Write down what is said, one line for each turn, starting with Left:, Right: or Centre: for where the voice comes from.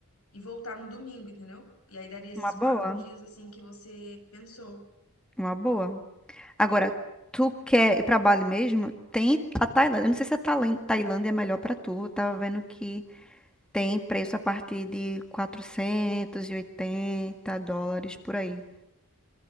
Left: e voltar no domingo, entendeu? E aí daria esses
Centre: Uma boa,
Left: quatro dias, assim, que você pensou
Centre: uma boa. Agora, tu quer ir pra Bali mesmo? Tem a Tailândia. Eu não sei se a Tailan- Tailândia é melhor pra tu. Eu tava vendo que tem preço a partir de 480 dólares por aí.